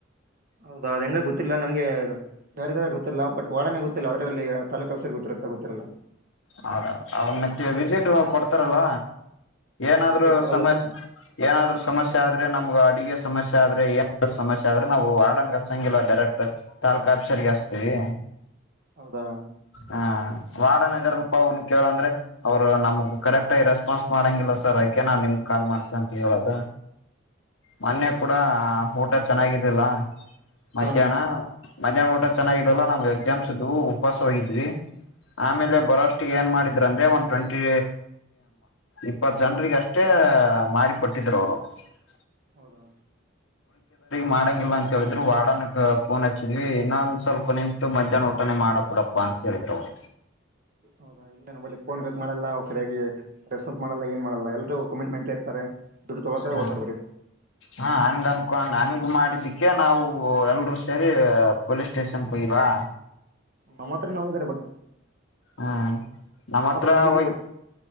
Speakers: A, on the right; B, on the left.
A: ಹೌದಾ ಅದ್ ಹೆಂಗ ಗೊತ್ತಿಲ್ಲ ನಮ್ಗೆ ಯಾರಾರಿದ್ದಾರೆ ಗೊತ್ತಿಲ್ಲ ಬಟ್ ವರ್ಡಾನ್ ಗೊತ್ತಿಲ್ಲ ಅದರಲ್ಲಿ ತಾಲ್ಲೂಕ್ ಆಫೀಸರ್ ಗೊತ್ತಿರುತ್ತ ಗೊತ್ತೀಯ
B: ಹೌದ ಅವನ್ ಮತ್ತೆ ವೀಸಿಟ್ ಕೊಡ್ತಾರಲ್ಲ ಏನಾದ್ರು
A: ಈ ವಿಸಿಟ್ ಕೊಡಲ್ಲ
B: ಸಮಸ್ಯ ಏನಾದ್ರು ಸಮಸ್ಯೆ ಆದ್ರೆ ನಮ್ಗ ಅಡಿಗೆ ಸಮಸ್ಯೆ ಆದ್ರೆ ಏನ್ ಸಮಸ್ಯೆ ಆದ್ರೆ ನಾವು ವಾರ್ಡನ್ ಗೆ ಹಚ್ಚಂಗಿಲ್ಲ ಡೈರೆಕ್ಟ್ ತಾಲ್ಲೂಕು ಆಫೀಸರಗೆ ಹಚ್ಚತ್ತೀವಿ
A: ಹೌದಾ
B: ಹ ವಾರ್ಡನ್ ಇದ್ರಲ್ಪ ಅವ್ನು ಕೇಳಂದ್ರೆ ಅವ್ರು ನಮಗ್ ಕರೆಕ್ಟ್ ರೇಸ್ ರೆಸ್ಪಾನ್ಸ್ ಮಾಡಂಗಿಲ್ಲ ಸರ್ ಅದುಕೆ ನಾನ್ ನಿಮ್ಗೆ ಕಾಲ್ ಮಾಡ್ತೇ ಅಂತ ಹೇಳೋದ ಮೊನ್ನೆ ಕೂಡ ಊಟ ಚೆನ್ನಾಗಿರ್ಲಿಲ್ಲ ಮಧ್ಯಾಹ್ನ
A: ಹಾ ಹಾ
B: ಮಧ್ಯಾಹ್ನ ಊಟ ಚೆನ್ನಾಗಿರಲ್ಲ ನಮಗೆ ಎಕ್ಸಾಮ್ ಇದ್ದವು ಉಪವಾಸ ಹೋಗಿದ್ವಿ ಆಮೇಲೆ ಬರೋಷ್ಟ್ ಏನ್ ಮಾಡಿದ್ರೆ ಅಂದ್ರೆ ಒನ್ ಟ್ವೆಂಟಿ ಇಪ್ಪತ್ತು ಜನರಿಗೆ ಅಷ್ಟೇ ಮಾಡಿಕೊಟ್ಟಿದರು <unintelligible>
A: ಹೌದಾ
B: ಮಾಡಂಗಿಲ್ಲ ಅಂತ ಹೇಳಿದ್ರು ವಾರ್ಡನ್ ಗೆ ಹಚ್ಚಿದ್ವಿ ಇನ್ನೊಂದ್ ಸ್ವಲ್ಪ ನಿಂತು ಮಧ್ಯಾಹ್ನ ಊಟನೆೆ ಮಾಡಿ ಕೊಡಪ್ಪ ಪ್ಪಾ ಅಂತ ಹೇಳಿದ್ರೂ ಅವರು
A: ಹೌದಾ ಇಲ್ಲ ಪೋನ್ ಮಾಡಲ್ಲ ಸರಿಯಾಗಿ ರೆಸ್ಟ್ ಮಾಡಲ್ಲ ಏನ್ ಮಾಡಲ್ಲ ಎಲ್ರೂ ಕಮಿಟ್ಮೆಂಟ್ ಇರ್ತಾರೆ. ದುಡ್ಡು ತೊಗೊಳ್ತಾರೆ
B: ಹಾ
A: ಹೋಗ್ತಾರೆ ಬರೀ
B: ಹಾ ಅಂಗನ್ ಕೊಂಡ ಹಂಗ್ ಮಾಡಿದ್ದಿಕ್ಕೆ ನಾವು ಎಲ್ರು ಸೇರಿ ಪೊಲೀಸ್ ಸ್ಟೇಷನ್ಕ್ ಹೋಗಿದ್ವಾ
A: ನಮ್ಮ ಹತ್ತರನೂ ಹೋಗಿದ್ದಾರೆ ಬಟ್
B: ಹ್ಮ ನಮ್ಮತ್ರ
A: ನಮ್ಮ ಹತ್ರ ಹೋಗಿದ್ದೀವಿ
B: ಹೋಗಿ
A: ಬಟ್